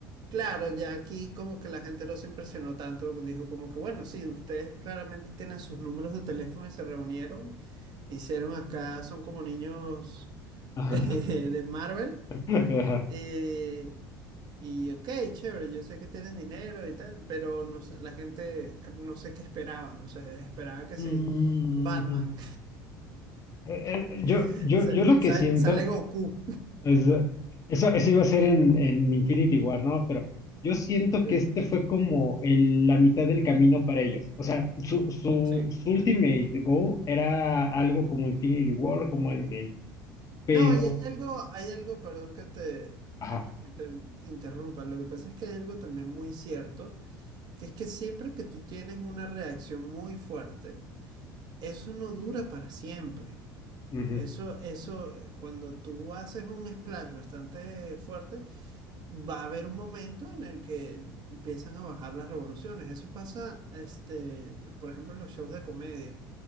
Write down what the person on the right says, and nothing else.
Claro, ya aquí como que la gente no se impresionó tanto, dijo como que bueno, sí, ustedes claramente tienen sus números de teléfono y se reunieron, hicieron acá, son como niños
<laughs> eh, de Marvel.
eh, y ok, chévere, yo sé que tienen dinero y tal, pero no sé, la gente cre- no sé qué esperaba, no sé, esperaba que sí,
Batman,
<laughs>
sa-
sa-
sale Goku.
Sí,
sí.
No, y hay algo, hay algo, perdón que te,
que te interrumpa. Lo que pasa es que hay algo también muy cierto, que es que siempre que tú tienes una reacción muy fuerte, eso no dura para siempre.
Eso, eso, eh, cuando tú haces un splash bastante fuerte, va a haber un momento en el que empiezan a bajar las revoluciones. Eso pasa, este, p- por ejemplo, en los shows de comedia.